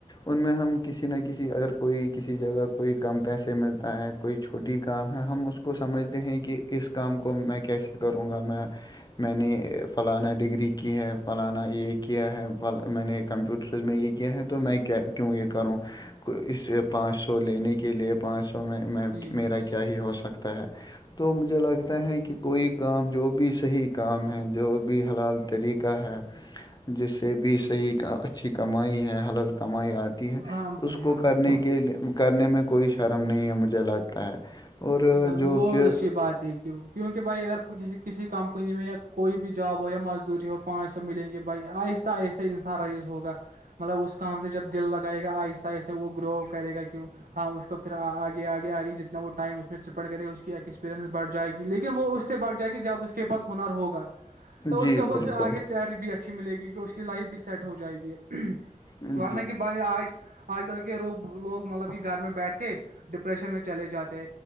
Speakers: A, on the left; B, on the right.
A: ان میں ہم کسی نہ کسی اگر کوئی کسی جگہ کوئی کم پیسے ملتا ہے کوئی چھوٹی کام ہے ہم اس کو سمجھتے ہیں کہ اس کام کو میں کیسے کروں گا میں میں نے فلانا ڈگری کی ہے فلانا اے کیا ہے میں نے کمپیوٹرز میں یہ کیا ہے تو میں کیا کیوں یہ کروں اس پانچ سو لینے کے لیے پانچ سو میں
B: صحیح بھائی
A: میرا کیا ہی ہو سکتا ہے تو مجھے لگتا ہے کہ کوئی کام جو بھی صحیح کام ہے جو بھی حلال طریقہ ہے جس سے بیس صحیح اچھی کمائی ہے حلل کمائی آتی ہے
B: ہاں بھائی
A: اس کو
B: ہاں
A: کرنے
B: بھائی
A: کے لیے کرنے میں کوئی شرم نہیں ہے مجھے لگتا ہے اور
B: وہ
A: جو کہ
B: اچھی بات ہے کیونکہ بھائی اگر کسی کسی کمپنی میں یا کوئی بھی جاب ہو یا مزدوری ہو پانچ سو ملیں گے بھائی آہست آہستہ انسان رئیز ہوگا مطلب اس کام سے جب دل لگائے گا آہستہ آہستہ وہ گرو کرے گا کہ ہاں اس کو پھر آگے آگے آگے جتنے نہ وہ ٹائم اس میں اسپینڈ کرے گ ا اس کی ایکسپیئنس بٹ جائے گی لیکن وہ اس سے بھ جائے گی جب اس کےاس ہنر ہوگا تو
A: جی
B: اس کے اوھر
A: بالکل
B: آگے سیرج بھی اچھی ملے گی کہ اس کی لائف بھی سیٹ ہو جائے گی
A: جی
B: ورنہ کہ بند آج آج کل کے روگ لوگ مطلب کہ گھر میں بیٹھ کے ڈپریشن میں چل جاتے